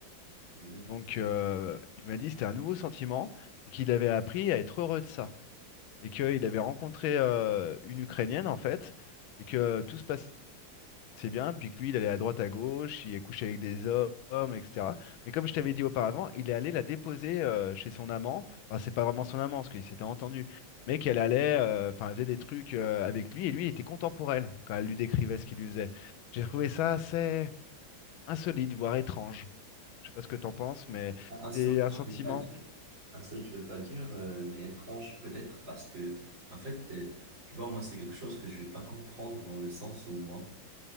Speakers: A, on the right; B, on the left.
A: Mhm.
B: Donc, euh, il m'a dit, c'était un nouveau sentiment, et qu'il avait appris à être heureux de ça et qu'il avait rencontré euh, une Ukrainienne en fait, et que euh, tout se passait bien, puis que lui, il allait à droite à gauche, il est couché avec des hommes, etc. Mais comme je t'avais dit auparavant, il est allé la déposer euh, chez son amant, enfin c'est pas vraiment son amant, parce qu'ils s'étaient entendus, mais qu'elle allait, euh, enfin elle faisait des trucs euh, avec lui, et lui, il était content pour elle, quand elle lui décrivait ce qu'il lui faisait. J'ai trouvé ça assez insolite, voire étrange. Je sais pas ce que t'en penses, mais
A: Un seul,
B: c'est un sentiment.
A: je l'ai pas dit. Ah, ça, je vais pas dire, euh, mais étrange peut-être parce que, en fait, euh, tu vois, moi, c'est quelque chose que je vais pas comprendre dans le sens où moi,